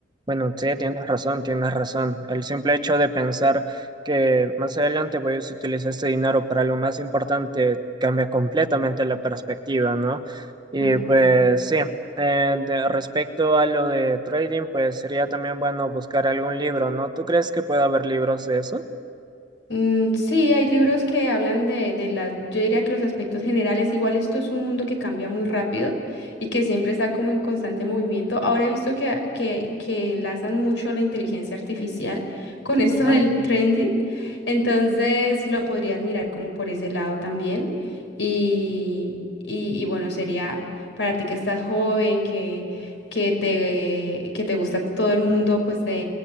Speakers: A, on the right (about 25°); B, on the left (about 85°).
A: Bueno, sí, tienes razón, tienes razón. El simple hecho de pensar que más adelante voy a utilizar este dinero para algo más importante cambia completamente la perspectiva, ¿no? Y
B: Ujú.
A: pues sí, eh, de- respecto a lo de trading, pues sería también bueno buscar algún libro, ¿no? ¿Tú crees que puede haber libros de eso?
B: Mm, sí, hay libros que hablan de, de las, yo diría que los aspectos generales, igual esto es un mundo que cambia muy rápido y que siempre está como en constante movimiento. Ahora he visto que, a- que, que enlazan mucho la inteligencia artificial con <laughs> esto
A: Ah,
B: del
A: bueno.
B: trending, entonces lo podrías mirar como por ese lado también. Y, y, y bueno, sería para ti que estás joven, que, que te, que te gusta todo el mundo, pues